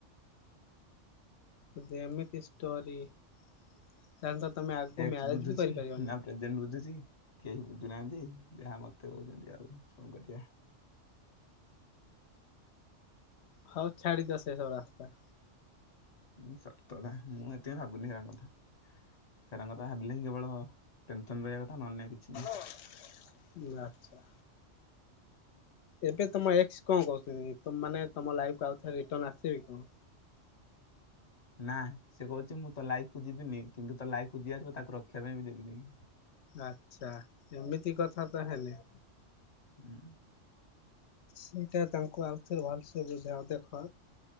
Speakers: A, on the left; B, on the left.
A: ଯଦି ଏମିତି ଷ୍ଟୋରି ତାହେଲେ ତ ତମେ ଆଗୁକୁ
B: ଏକ୍ସ
A: ମ୍ୟାରେଜ
B: ବୁଝୁଛି
A: ବି କରିପାରିବନି।
B: ନା ପ୍ରେଜେଣ୍ଟ ବୁଝୁଚି କେହି ବୁଝୁନାହାନ୍ତି ଯାହା ମତେ କହୁଚନ୍ତି ଆଉ କଣ କରିଆ।
A: ହଉ ଛାଡି ଦିଅ ସେ ସବୁ ରାସ୍ତା।
B: ଉଁ ସତ କଥା ମୁଁ ଏତେ ଭାବୁନି ସେରାଙ୍କ କଥା। ସେରାଙ୍କ କଥା ଭାବିଲେ ହିଁ କେବଳ ଟେନ୍‌ସନ୍‌ ରହିଆ କଥା ନହେଲେ ନାଇଁ କିଛି ନାହିଁ।
A: ହୁଁ ଆଚ୍ଛା। ଏବେ ତମ ଏକ୍ସ କଣ କହୁଚନ୍ତି ତମ୍ ମାନେ ତମ ଲାଇଫ୍ କୁ ଆଉ ଥରେ ରିଟର୍ନ ଆସିବେ କଣ?
B: ନା ସେ କହୁଚି ମୁଁ ତୋ ଲାଇଫ୍ କୁ ଯିବିନି କିନ୍ତୁ ତୋ ଲାଇଫ୍ ଯିଏ ଆସିବ ତାକୁ ରଖିବା ପାଇଁ ବି ଦେବିନାଇ।
A: ଆଚ୍ଛା ଏମିତି କଥା ତାହାଲେ।
B: ହୁଁ।
A: ସେଇଟା ତାଙ୍କୁ ଆଉ ଥରେ ଭଲସେ ବୁଝାଅ ଦେଖ।